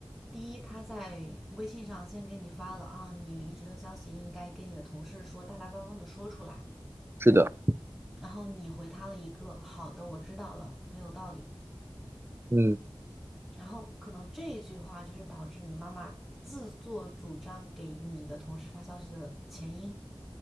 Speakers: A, in the centre; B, on the right.
A: 第一，他在微信上先给你发了啊，你离职的消息应该跟你的同事说，大大方方的说出来。
B: 是的，
A: 然后你回他了一个好的，我知道了，很有道理。
B: 嗯，
A: 然后可能这一句话就是导致你妈妈自作主张给你的同事发消息的前因。